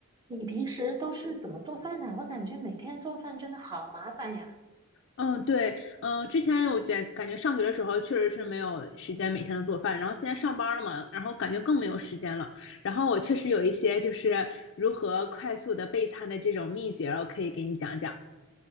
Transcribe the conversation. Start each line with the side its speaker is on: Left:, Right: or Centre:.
Right: 你平时都是怎么做饭的？我感觉每天做饭真的好麻烦呀。
Left: 嗯，对，嗯，之前我觉感觉上学的时候确实是没有时间每天都做饭，然后现在上班了嘛，然后感觉更没有时间了。然后我确实有一些就是如何快速的备餐的这种秘诀，我可以给你讲讲。